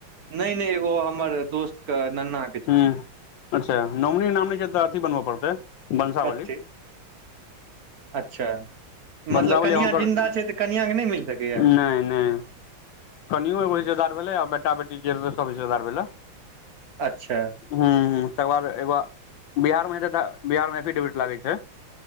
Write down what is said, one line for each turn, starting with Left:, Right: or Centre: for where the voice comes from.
Right: नय नय एगो हमर दोस्त के नना
Left: ह्मँ अच्छा नौमनी नाम नहि छै तऽ अथी बनबऽ पड़तै वनसावली
Right: कथी अच्छा मतलब
Left: वंशावली
Right: कनिआँ
Left: हुनकर
Right: जिन्दा छै तऽ कनिआँ के नय मिल सकैये
Left: नहि नहि कनियो एगो रिश्तेदार भेलै आ बेटा बेटी जे सब रिश्तेदार भेलै
Right: अच्छा
Left: ह तकर बाद एगो बिहार मे बिहार मे एफिडेविट लागै छै